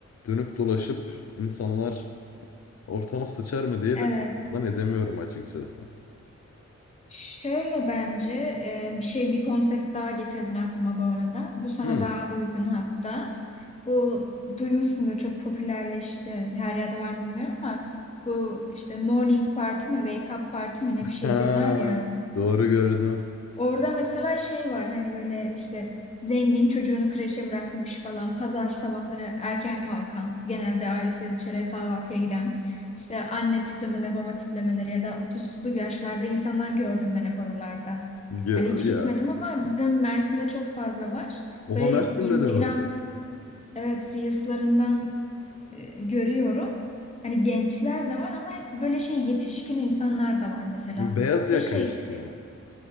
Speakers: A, on the left; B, on the left.
A: dönüp dolaşıp insanlar ortama sıçar mı diye
B: Evet.
A: de korkudan edemiyorum açıkçası.
B: Şöyle bence e, bir şey bir konsept daha getirdin aklıma bu arada. Bu sana
A: Hmm.
B: daha uygun hatta. Bu duymuşsundur çok popülerleşti. Her yerde var mı bilmiyorum ama bu işte morning party mi wake up party mi ne bir şey
A: Ha,
B: diyorlar ya.
A: doğru gördüm.
B: Orada mesela şey var hani böyle işte zengin çocuğunu kreşe bırakmış falan pazar sabahları erken kalkan genelde ailesiyle dışarıya kahvaltıya giden işte anne tiplemeleri baba tiplemeleri ya da 30'lu yaşlarda insanlar gördüm ben hep oralarda.
A: Ya,
B: Hani hiç
A: ya.
B: gitmedim ama bizim Mersin'de çok fazla var.
A: Oha
B: Böyle
A: Mersin'de
B: Instagram
A: de mi var?
B: evet Reels'larından e, görüyorum. Hani gençler de var ama hep böyle şey yetişkin insanlar da var mesela.
A: Beyaz yaka
B: Ve şey
A: işte.